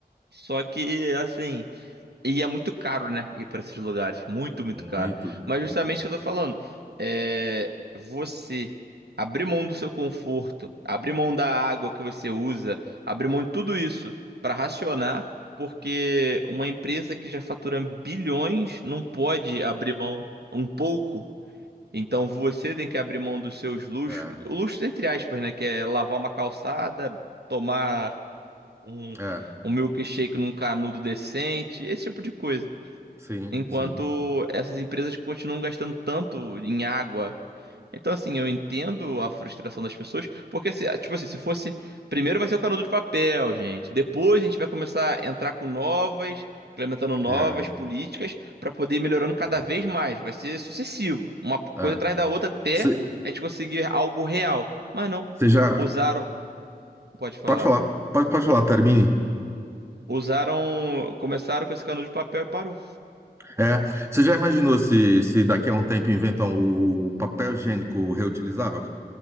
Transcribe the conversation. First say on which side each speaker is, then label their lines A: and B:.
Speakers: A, on the right (about 75°); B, on the right (about 15°).
A: só que, assim. E é muito caro, né? Ir para esses lugares. Muito, muito
B: Muito,
A: caro.
B: muito,
A: Mas justamente
B: muito.
A: o que eu tô falando. É você abrir mão do seu conforto, abrir mão da água que você usa, abrir mão de tudo isso para racionar, porque uma empresa que já fatura bilhões não pode abrir mão um pouco. Então você tem que abrir mão dos seus luxos,
B: É,
A: o luxo entre aspas, né? Que é lavar uma calçada, tomar um,
B: é,
A: um milkshake num canudo decente, esse tipo de coisa
B: sim,
A: enquanto
B: sim.
A: essas empresas continuam gastando tanto em água. Então, assim, eu entendo a frustração das pessoas, porque, se, tipo assim, se fosse. Primeiro vai ser o canudo de papel, gente. Depois a gente vai começar a entrar com novas, implementando novas
B: É,
A: políticas para poder ir melhorando cada
B: é,
A: vez mais. Vai ser sucessivo, uma
B: é.
A: coisa atrás da outra até
B: Você
A: a gente conseguir algo real. Mas não.
B: você já.
A: Usaram. Pode falar.
B: Pode falar, pode, pode falar, termine.
A: Usaram. Começaram com esse canudo de papel e parou.
B: É, você já imaginou se, se daqui a um tempo inventam o papel higiênico reutilizável,